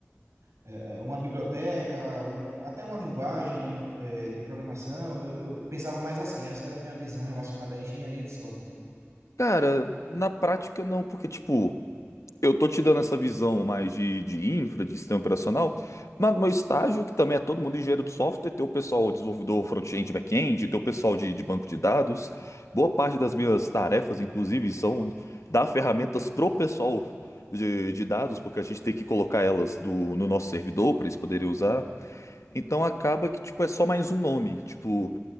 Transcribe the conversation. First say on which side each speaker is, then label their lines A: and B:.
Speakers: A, on the right; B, on the left.
A: é, é, uma biblioteca, um, até uma linguagem é, de programação. Eu, eu pensava mais assim, essa era a minha visão relacionada à engenharia de software.
B: Cara, na prática não, porque, tipo. Eu tô te dando essa visão mais de, de infra, de sistema operacional, mas no meu estágio, que também é todo mundo engenheiro de software, tem o pessoal desenvolvedor front-end, back-end, tem o pessoal de, de banco de dados. Boa parte das minhas tarefas, inclusive, são dar ferramentas pro pessoal de, de dados, porque a gente tem que colocar elas do- no nosso servidor para eles poderem usar. Então acaba que, tipo, é só mais um nome. Tipo,